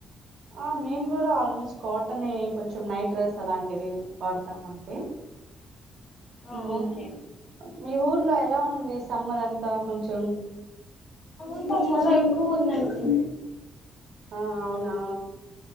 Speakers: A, on the right; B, on the left.
A: ఆ మేము కూడ ఆల్మోస్ట్ కాటన్ కొంచెం నైట్ డ్రెస్ అలాంటివి వాడతాం అంతే
B: అ ఆ
A: మ్మ్.
B: ఓకే
A: మీ ఊర్లో ఎలా ఉంది సమ్మర్ అంతా కొంచెం
B: ఇంత చాల ఎక్కువ ఉందంటి
A: ఆ అవునా